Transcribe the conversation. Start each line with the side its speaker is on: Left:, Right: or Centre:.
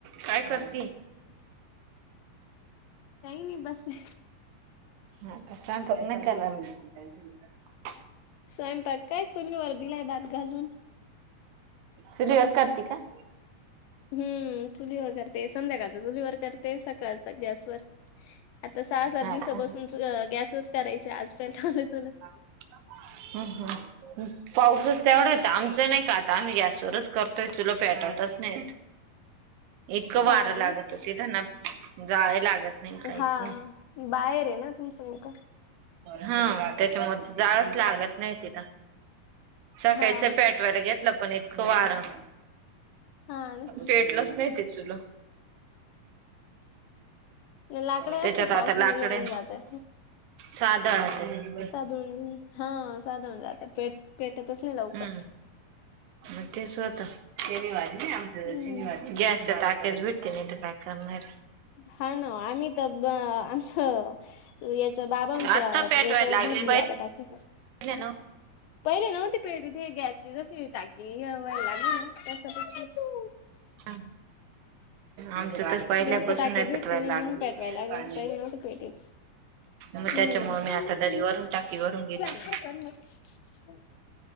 Right: काय करती?
Left: काही नाही बसले.
Right: हो. स्वयंपाक नाही करणार का?
Left: स्वयंपाक काय चुलीवर दिलाय भात घालून.
Right: चुलीवर करती का?
Left: हम्म. चुलीवर करते संध्याकाळच चुलीवर करते. सकाळचा गॅसवर. आता सहा-सात
Right: हा
Left: दिवसापासून
Right: का
Left: गॅसवरच करायची. आज पहिला लावलं चूल.
Right: हम हम. पाऊसच तेवढ आहे. आमचं नाही का आता आम्ही गॅसवरच करतोय. चूला पेटतच नाही. इतकं वारं
Left: हा ना
Right: लागत ते त्यांना, जाळ लागत. नाही काहीच
Left: हा.
Right: नाही.
Left: बाहेर आहे ना. तुमचं नेमकं.
Right: हा त्याच्यामध्ये जाळच लागत नाही तिला. सकाळीच
Left: हा
Right: पेटवायला घेतलं पण इतकं वारं
Left: हा ना
Right: पेटलच नाही ते चुलं.
Left: लाकडे
Right: त्याच्यात
Left: असे
Right: आता
Left: पावसाने
Right: लाकडे
Left: येऊन जातय.
Right: साधळ ते.
Left: साधूळ हा साधण जातात. पे पेटतच नाही लवकर.
Right: हम्म मग ते स्वत शनिवारी नाही आम
Left: हम्म.
Right: शनिवारी. गॅस टाक्याच भेटती नाही. तर काय करणारे.
Left: हा ना. आम्ही तर आमच याच बाबांच
Right: आत्ता
Left: याच्यावर
Right: पेटवायला लागले
Left: भरली आता टाकी
Right: <unintelligible>
Left: पहिले नव्हती भेटती. गॅसची जशी टाकी हे व्हाय लागली तस तू.
Right: <unintelligible> आमचं तर पहिल्यापासून
Left: गॅसच्या टाक्या
Right: नाही
Left: भेटती
Right: पेटवायला
Left: नाय म्हणून
Right: लागलं
Left: पेटवायला लागल्यानं पहिले नव्हते पेटवत.
Right: मग
Left: हम्म
Right: त्याच्यामुळे मी
Left: थांब
Right: आता
Left: मम्मी
Right: दरी वरून
Left: तुला
Right: टाकी वरून घेते.
Left: हडकंन लावते.